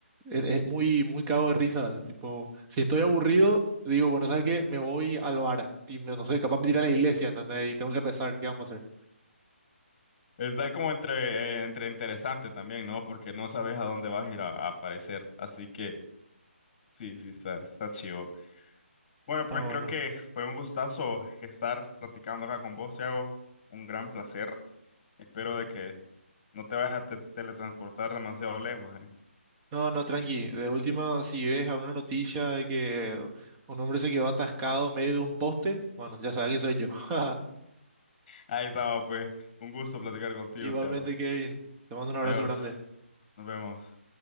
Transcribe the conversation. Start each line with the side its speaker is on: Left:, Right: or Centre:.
Right: Es es muy, muy cago de risa. Tipo, si estoy aburrido, digo, bueno, ¿sabes qué? Me voy al bar y me- no sé, capaz me tiré a la iglesia, ¿entendés? Y tengo que rezar, ¿qué vamos a hacer?
Left: Está como entre, eh, entre interesante también, ¿no? Porque no sabes a dónde vas a ir a, a aparecer. Así que sí, sí, está, está chivo. Bueno,
Right: Está
Left: pues
Right: bueno.
Left: creo que fue un gustazo estar platicando acá con vos, Thiago. Un gran placer. Espero de que no te vayas a te- teletransportar demasiado lejos, ¿eh?
Right: No, no, tranqui. De última, si ves alguna noticia de que un hombre se quedó atascado en medio de un poste, bueno, ya sabes que soy yo. <laughs>
Left: Ahí estamos, pues. Un gusto platicar contigo,
Right: Igualmente,
Left: Thiago.
Right: Kevin, te mando un abrazo
Left: Adiós.
Right: grande.
Left: Nos vemos.